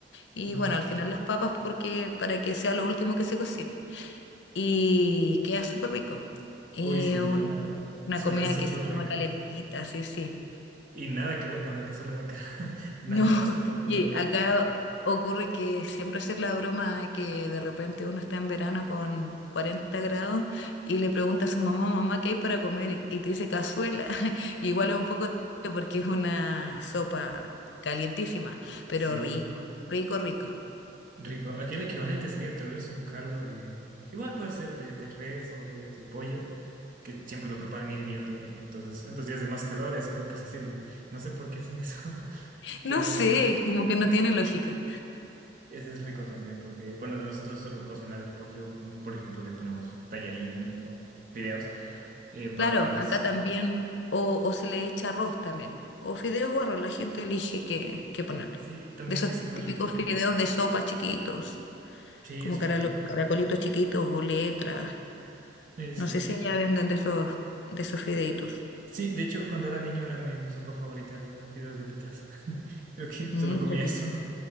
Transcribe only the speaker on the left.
y
bueno, al final las papas porque para que sea lo último que se cocine. Y queda súper rico. Y
un-
una
comida
que se toma
calentita, sí, sí.
No, <laughs>
y
acá
ocurre que siempre hacer la broma de que de repente uno está en verano con 40 grados y le pregunta a su mamá, mamá, ¿qué hay para comer? Y y te dice cazuela. <laughs> Igual es un poco triste porque es una sopa calientísima, pero
rico, rico, rico.
No
sé,
como que no tiene lógica.
Claro, acá también, o, o se le echa arroz también, o fideos o arroz, la gente elige qué, qué ponerle.
De esos
típicos
fideos de sopa chiquitos.
como
caralo-
caracolitos chiquitos o letras.
No sé si allá venden de esos, de esos fideitos.
Mm,
qué rico.